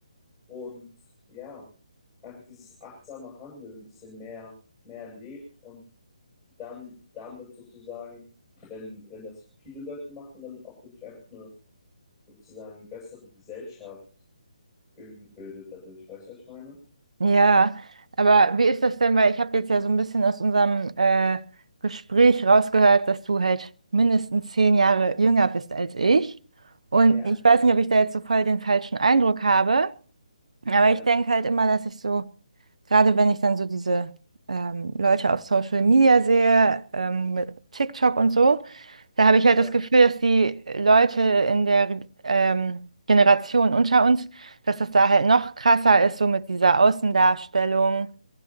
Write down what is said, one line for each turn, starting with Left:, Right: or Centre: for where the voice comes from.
Centre: und ja, einfach dieses achtsame Handeln ein bisschen mehr, mehr lebt und dann damit sozusagen, wenn, wenn das viele Leute machen, dann auch wirklich einfach eine sozusagen bessere Gesellschaft irgendwie bildet dadurch. Weißt du, was ich meine?
Right: Ja, aber wie ist das denn? Weil ich habe jetzt ja so ein bisschen aus unserem äh, Gespräch rausgehört, dass du halt mindestens zehn Jahre jünger bist als ich. Und
Centre: Ja,
Right: ich weiß nicht, ob ich da jetzt so voll den falschen Eindruck habe, Aber
Centre: ja,
Right: ich denke halt immer, dass ich so, gerade wenn ich dann so diese ähm, Leute auf Social Media sehe, ähm, mit TikTok und so, da habe ich halt
Centre: ja,
Right: das Gefühl, dass die Leute in der ähm, Generation unter uns, dass das da halt noch krasser ist, so mit dieser Außendarstellung.